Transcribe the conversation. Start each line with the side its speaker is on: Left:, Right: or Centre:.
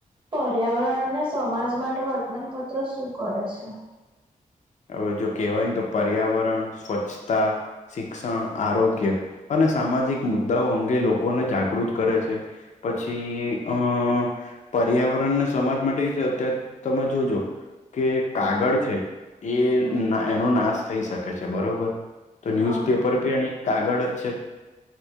Right: પર્યાવરણને સમાજ માટે વર્તમાનપત્ર શું કરે છે.
Left: હવે જો કહેવાય ને તો પર્યાવરણ, સ્વચ્છતા શિક્ષણ, આરોગ્ય અને સામાજિક મુદ્દાઓ અંગે લોકોને જાગૃત કરે છે. પછી અહ પર્યાવરણને સમાજ માટે એ તો અત્યા તમે જોજો કે કાગળ છે એ
Right: હમ
Left: એનો નાશ થઈ શકે છે બરોબર તો
Right: હા
Left: ન્યૂઝપેપ પર કે એની કાગળ જ છે